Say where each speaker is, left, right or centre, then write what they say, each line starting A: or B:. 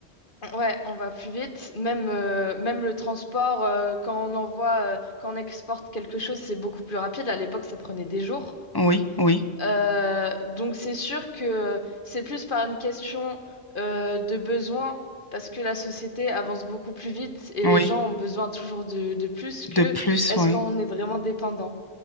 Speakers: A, on the left; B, on the left.
A: ouais, on va plus vite. Même, euh, même le transport, euh, quand on envoie, euh, quand on exporte quelque chose, c'est beaucoup plus rapide. À l'époque, ça prenait des jours.
B: Oui, oui,
A: Euh, donc c'est sûr que c'est plus par une question euh, de besoin, parce que la société avance beaucoup plus vite et
B: oui.
A: les gens ont besoin toujours de, de plus
B: De
A: que
B: plus,
A: est-ce
B: oui,
A: qu'on est vraiment dépendant.